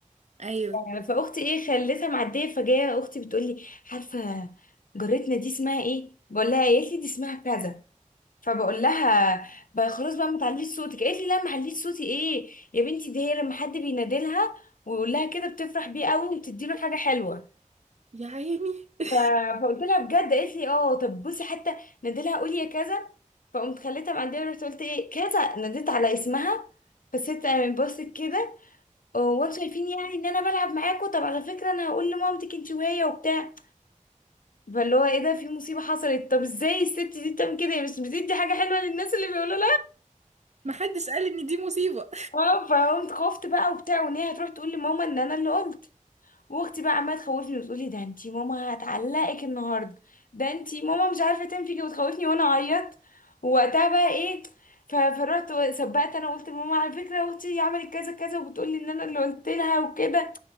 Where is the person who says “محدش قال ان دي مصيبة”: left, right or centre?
Right